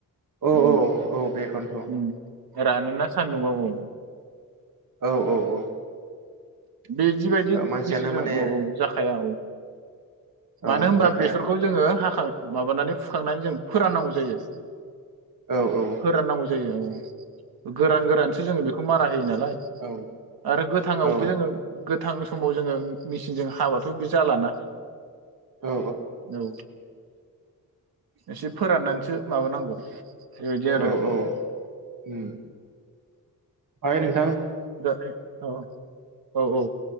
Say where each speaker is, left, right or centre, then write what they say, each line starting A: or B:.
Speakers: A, on the right; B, on the right.
A: औ
B: उम
A: औ बेखौनोथ' औ
B: उम रानोना सान्दुंआव औ।
A: औ औ औ।
B: बेदिबायदि
A: मानसियानो
B: मिसिनजों
A: माने
B: औ औ जाखाया औ।
A: औ
B: मानो होमबा
A: जाखाया
B: बेसरखौ जोङो हाखां माबानानै फुखांनानै जों फोराननांगौ जायो।
A: औ औ उम
B: फोराननांगौ जायो औ। <unintelligible> गोरान गोरानसो जोङो बेखौ मारा होयो नालाय
A: औ
B: आरो गोथाङावबो
A: औ
B: जोङो गोथां समाव जोङो उम मेसिनजों हाबाथ' बे जाला ना।
A: औ
B: औ। एसे फोराननानैसो माबानांगौ। बेबायदि आरो
A: औ औ उम। दायो नों
B: दा औ औ औ